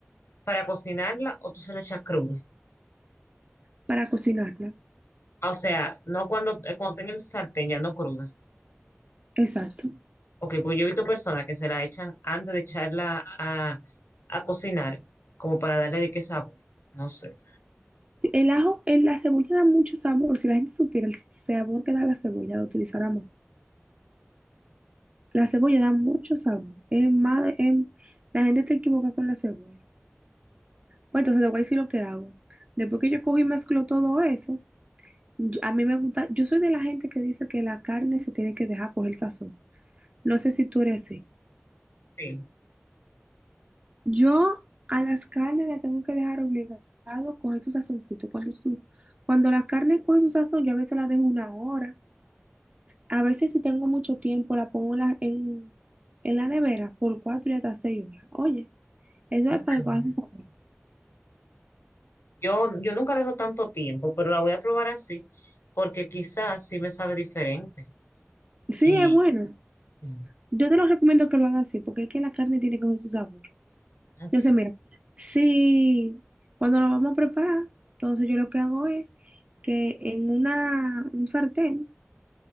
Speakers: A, on the left; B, on the right.
A: para cocinarla o tú se la echas cruda?
B: para cocinarla.
A: O sea, no cuando, eh, cuando tenga el sartén ya no cruda.
B: Exacto.
A: Ok, pues yo he visto personas que se la echan antes de echarla a, a cocinar, como para darle de qué sabor. No sé.
B: Sí, El ajo, el- la cebolla da mucho sabor. Si la gente supiera el sabor que da la cebolla, lo utilizáramos. La cebolla da mucho sabor. Es más, de- es- la gente te equivoca con la cebolla. Pues entonces te voy a decir lo que hago. Después que yo cojo y mezclo todo eso, yo- a mí me gusta, yo soy de la gente que dice que la carne se tiene que dejar coger sazón. No sé si tú eres así.
A: Sí,
B: Yo a las carnes las tengo que dejar obligado coger su sazoncito. Cuando, su, cuando la carne coge su sazón, yo a veces la dejo una hora. A veces si tengo mucho tiempo, la pongo en la, en, en la nevera por cuatro y hasta seis horas. Oye, eso
A: ok.
B: es para que coja su sabor.
A: Yo, yo nunca dejo tanto tiempo, pero la voy a probar así, porque quizás sí me sabe diferente.
B: Sí,
A: Y,
B: es bueno.
A: sí,
B: Yo te lo recomiendo que lo hagan así, porque es que la carne tiene que coger su sabor.
A: ok.
B: Entonces, mira, si cuando lo vamos a preparar, entonces yo lo que hago es que en una, un sartén